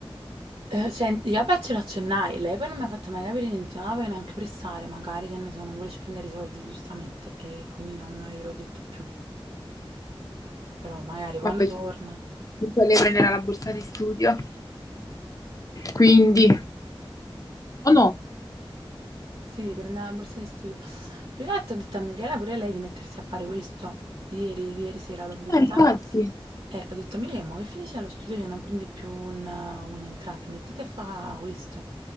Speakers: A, on the right; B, on the left.
A: Eh, senti, vabbè, ce l'accennai. Lei poi non mi ha fatto mai capire niente, non la voglio neanche pressare, magari che ne so, non vuole spendere i soldi giustamente e quindi non gliel'ho detto più. Però magari quando
B: Vabbè,
A: torna.
B: ci- comunque lei prenderà la borsa di studio. Quindi, oh no,
A: Sì, prendeva la borsa di studio. Più che altro ho detto a Michela pure lei di mettersi a fare questo. Ieri, ieri sera l'ho vista.
B: eh, infatti,
A: E ho detto a Michela, ma che finisce allo studio che non prendi più un- un'entrata, mettiti a fare questo.